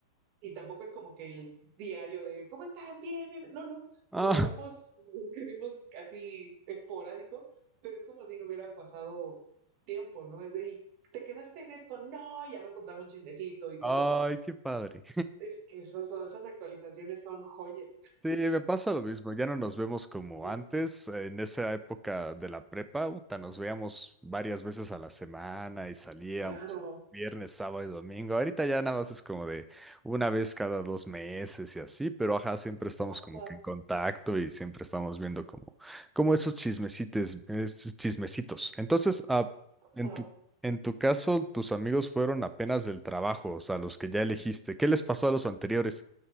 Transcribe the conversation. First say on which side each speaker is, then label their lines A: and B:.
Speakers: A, on the right; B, in the centre.
A: y tampoco es como que el diario de ¿cómo estás? Bien, bien. No, no.
B: Ah,
A: Nos hablamos, escribimos casi esporádico, pero es como si no hubiera pasado tiempo, ¿no? Es de, ¿te quedaste en esto? No, ya nos contamos chismecito y
B: ay,
A: todo.
B: qué padre.
A: Es que esos, esas actualizaciones son joyas.
B: Sí, me pasa lo mismo, ya no nos vemos como
A: Sí,
B: antes, en esa época de la prepa, puta, nos veíamos varias veces a la semana y salíamos
A: claro.
B: viernes, sábado y domingo, ahorita ya nada más es como de una vez cada dos meses y así, pero ajá, siempre estamos
A: Ajá,
B: como que en contacto y siempre estamos viendo como, como esos chismecites, esos chismecitos. Entonces, ah, en
A: ajá.
B: tu, en tu caso, tus amigos fueron apenas del trabajo, o sea, los que ya elegiste, ¿qué les pasó a los anteriores?